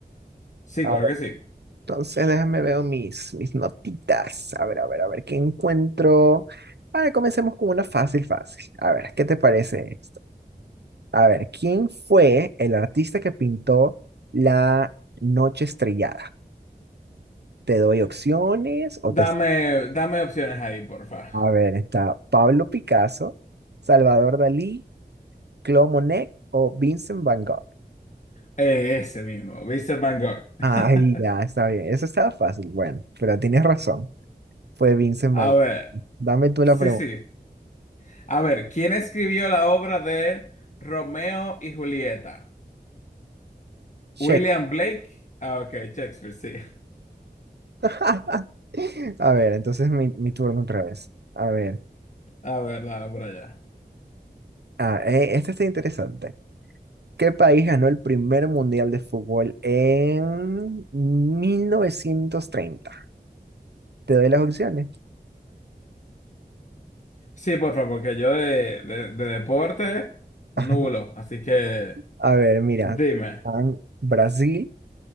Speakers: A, on the left; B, on the right.
A: Sí,
B: A
A: claro
B: ver,
A: que sí.
B: entonces déjame ver mis, mis notitas. A ver, a ver, a ver, ¿qué encuentro? A ver, comencemos con una fácil, fácil. A ver, ¿qué te parece? A ver, ¿quién fue el artista que pintó La Noche Estrellada? Te doy opciones o
A: Dame,
B: te...
A: dame opciones ahí, porfa.
B: A ver, está Pablo Picasso, Salvador Dalí, Claude Monet o Vincent Van Gogh.
A: Eh, ese mismo, Vincent Van Gogh. <laughs>
B: Ay, ya, está bien. Eso estaba fácil. Bueno, pero tienes razón. Fue Vincent
A: A
B: Van Gogh.
A: ver,
B: Dame tú
A: sí,
B: la pregunta.
A: sí. A ver, ¿quién escribió la obra de Romeo y Julieta?
B: Shake.
A: William Blake. Ah, ok, Shakespeare, sí.
B: <laughs> A ver, entonces mi, mi turno otra vez. A ver.
A: <laughs> A ver, dale por allá.
B: Ah, eh, este está interesante. ¿Qué país ganó el primer mundial de fútbol en 1930? Te doy las opciones.
A: Sí, por favor, porque yo de, de, de deporte, nulo.
B: <laughs>
A: Así que
B: A ver, mira,
A: dime.
B: están Brasil,